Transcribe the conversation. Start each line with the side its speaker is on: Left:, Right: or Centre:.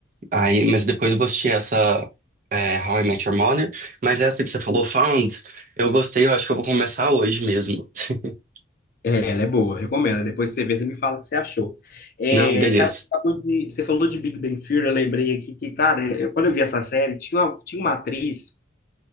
Right: Aí, mas depois eu vou assistir essa é, How I Met Your Mother. Mas essa que você falou, Found, eu gostei, eu acho que eu vou começar hoje mesmo. <laughs>
Left: É, ela é boa, eu recomendo. Depois você vê, você me fala o que você achou. É,
Right: Não, beleza.
Left: cara, você falou de, você falou de Big Bang Theory, eu lembrei aqui que, cara, eu- quando eu vi essa série, tinha uma, tinha uma atriz,